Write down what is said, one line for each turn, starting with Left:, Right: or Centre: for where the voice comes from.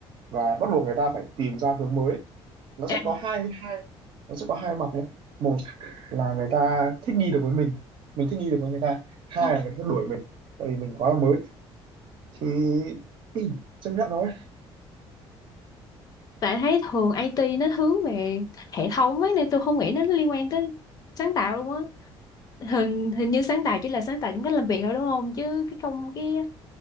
Right: và bắt buộc người ta phải tìm ra hướng mới nó
Left: À,
Right: sẽ có hai hai nó sẽ có hai mặt đấy một là người ta thích nghi được với mình mình thích nghi được với người ta hai
Left: ừ.
Right: là người ta đuổi mình tại vì mình quá là mới thì <clears throat> chấp nhận thôi
Left: tại thấy thường IT nó hướng về hệ thống ấy nên tôi không nghĩ nó liên quan tới sáng tạo luôn á hình hình như sáng tạo chỉ là sáng tạo trong cách làm việc thôi đúng không chứ cái công cái